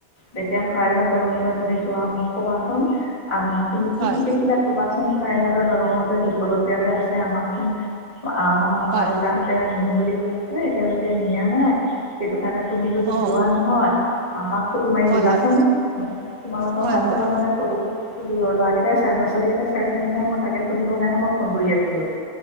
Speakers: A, on the left; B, on the right.
A: যেতিয়া শৰাইঘাট দলঙলৈ যদি যোৱা মোক কবাচোন, আম তুমি কি
B: হয়
A: কি দেখিলা ক'বাচোন শৰাইঘাট দলঙৰ যে দুকলপীয়া যে আছে, আমাৰচোন আমাৰ মা-দেউতাহঁতে
B: হয়
A: নিম বুলি কৈছে, এতিয়ালৈকে নিয়া নাই সেইটোৰ কাৰণে তুমি যদি
B: অ
A: যোৱা নহয় আমাক ফটো মাৰি
B: হয়
A: দিবাচোন।
B: হয়
A: তোমালোকৰ
B: হয়
A: হোৱাটছপত
B: হয়
A: মানে ফটো <inaudible> ল'ৰাকেইটাই চাই, ল-ৰা ছোৱালীকেইটাই ছাই চেনে নাই, মই তাকে সুধিবৰ কাৰণে মই ফোন কৰি আছিলো।